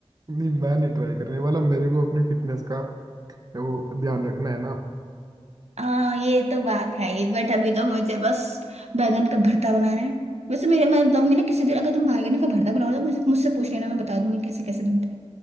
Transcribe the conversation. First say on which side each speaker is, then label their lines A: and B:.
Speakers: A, on the right; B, on the right.
A: नहीं मैं नहीं ट्राई करने वाला मेरे को अपनी फिटनेस का वो ध्यान रखना है ना
B: हाँ ये तो बात है ही बट अभी तो मुझे बस बैंगन का भरता बनाना है वैसे मेरे मैं बताऊंगी ना किसी दिन अगर तुम बैंगन का भरता बनाओ तो मुझे मुझसे पूछ लेना मैं बता दूंगी कैसे कैसे बनता है